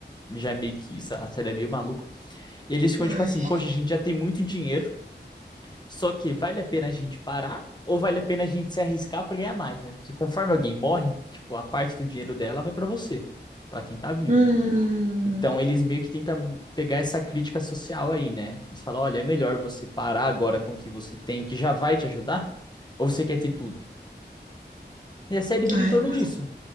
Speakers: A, on the left; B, on the right.
A: Já é meio que isso, a série é meio maluca. E eles ficam
B: Ai.
A: tipo assim, poxa, a gente já tem muito dinheiro, só que vale a pena a gente parar ou vale a pena a gente se arriscar pra ganhar mais, né? Porque conforme alguém morre, tipo, a parte do dinheiro dela vai pra você, pra quem tá vivo,
B: Hum.
A: né? Então eles meio que tentam pegar essa crítica social aí, né? Eles falam, olha, é melhor você parar agora com o que você tem, que já vai te ajudar, ou você quer ter tudo? E a série vira
B: Ai.
A: em torno disso.